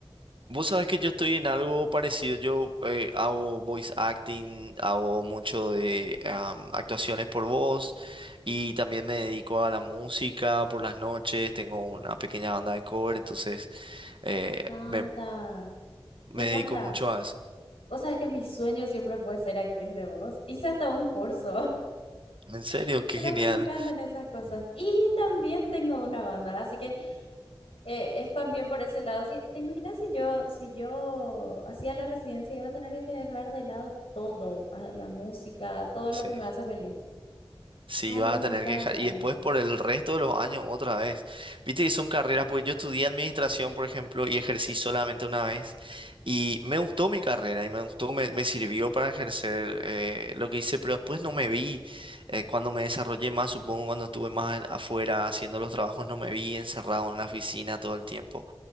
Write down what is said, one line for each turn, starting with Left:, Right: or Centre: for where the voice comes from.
Right: Vos sabés que yo estoy en algo parecido. Yo eh, hago voice acting, hago mucho de am, actuaciones por voz y también me dedico a la música por las noches. Tengo una pequeña banda de cover, entonces eh,
Left: Me encanta,
Right: me, me
Left: me encanta.
Right: dedico mucho a eso.
Left: Vos sabés que mi sueño siempre fue ser actriz de voz. Hice hasta un curso,
Right: En serio,
Left: <laughs>
Right: qué
Left: pero
Right: genial.
Left: me encantan esas cosas. Y también tengo una banda, así que eh, es también por ese lado. Si- ¿Te imaginas si yo, si yo hacía la residencia, iba a tener que dejar de lado todo, a- la música, todo lo
Right: Sí.
Left: que me hace feliz?
Right: Sí,
Left: Ay,
Right: vas
Left: me
Right: a tener
Left: encanta.
Right: que dejar. Y después por el resto de los años otra vez. Viste que son carreras, porque yo estudié administración, por ejemplo, y ejercí solamente una vez. Y me gustó mi carrera y me gustó, me, me sirvió para ejercer eh, lo que hice, pero después no me vi, eh, cuando me desarrollé más, supongo, cuando estuve más en- afuera haciendo los trabajos, no me vi encerrado en la oficina todo el tiempo.